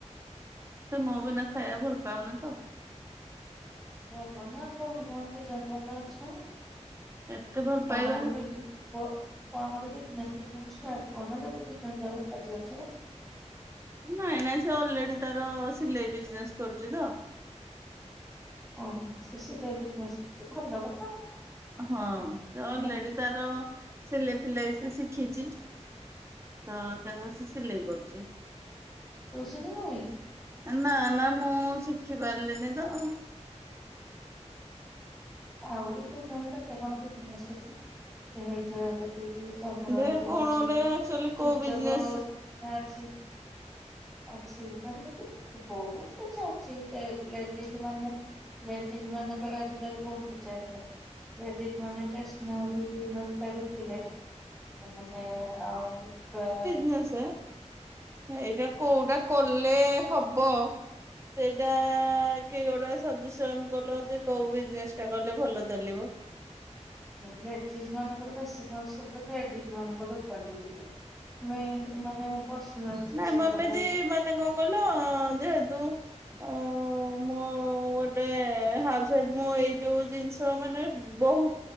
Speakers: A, on the right; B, in the centre.
A: ସେ ମୁଁ ବିନା ଖାଇବାକୁ ଭଲ ପାଉନି ତ?
B: ଭଲ ନା, କଣ କହନ୍ତି <unintelligible>
A: ଏତେ ଭଲ ପାଇବା
B: କଣ ଗୋଟେ <unintelligible> କଣ ଗୋଟେ ବିଜନେସ ଫିଜିନେସ ଷ୍ଟାର୍ଟ କରୁନ, ଯଦି ଦି ଜଣ ଜାକ ଏକାଠି ଅଛ?
A: ନାଇଁ ନାଇଁ, ସେ ଅଲରେଡି ତାର ସିଲେଇ ବିଜନେସ କରୁଚି ତ
B: ଓହୋ, ସେ ସିଲେଇ ବିଜନେସ କରୁଚି, ଭଲ କଥା
A: ହଁ ସେ ଅଲରେଡି
B: <unintelligible>
A: ତାର, ସିଲେଇ ଫିଲେଇ ସେ ଶିଖିଚି। ହଁ, ତେଣୁ ସେ ସିଲେଇ କରୁଚି।
B: ତୁ ଶିଖିଲୁଣି
A: ନା ନା, ମୁଁ ଶିଖି ପାରିଲିନି ତ।
B: ଆଉ ତୁମେର କେତେ କଣ ବିଜନେସ ଅଛି, ହେଇ <unintelligible> <unintelligible> ତମର
A: ଦେ
B: ଏତିକି
A: କଣ
B: କିଛି,
A: ଗୋଟେ ଆକ୍ଚୁଆଲି କୋଉ
B: ସୁଯୋଗ
A: ବିଜନେସ
B: ବଢିଆ ଅଛି। ଅଛି, ତାହେଲେ ବହୁତ କିଛି ଅଛି, ଲେଡିଜ ମାନେ ଲେଡିଜ ମାନଙ୍କର ଆଜିକାଲି ବହୁତ ଚାହିଦା। ଲେଡ଼ିଜ ମାନେ ଷ୍ଟେସନାରୀ ହେରିକା ବିକିଲେ ମାନେ, ଆଉ ତ
A: କିଏ ସେ? ଏଇଟା କୋଉଟା କଲେ ହବ, ସେଇଟା କି ଗୋଟା ସଜେସନ କଲ ଯେ, କୋଉ ବିଜନେସ ଟା କଲେ ଭଲ ଚାଲିବ?
B: ମୁଁ କ ଲେଡ଼ିଜ ମାନଙ୍କର ବେଶୀ ପସନ୍ଦ, ଲେଡ଼ିଜ ମାନଙ୍କ ଦୋକାନକୁ ଯିବା। ମେନ ମାନେ ପର୍ସନାଲ ଜିନିଷ
A: ନାଇଁ ମୁଁ ଏମିତି,
B: ସବୁ
A: ମାନେ କଣ କହିଲ ଯେହେତୁ ଉ ମୁଁ ଗୋଟେ ହାଉସୱାଇଫ, ମୁଁ ଏଇ ଯୋଉ ଜିନିଷ ମାନେ ବହୁ